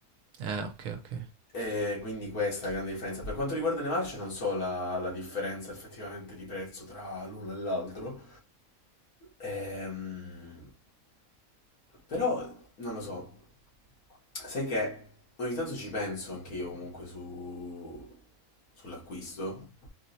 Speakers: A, on the right; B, on the left.
A: Eh, ok, ok.
B: E quindi questa è la grande differenza. Per quanto riguarda le marce, non so la, la differenza effettivamente di prezzo tra l'uno e l'altro. Ehm, però non lo so. Sai che ogni tanto ci penso anche io comunque su, sull'acquisto.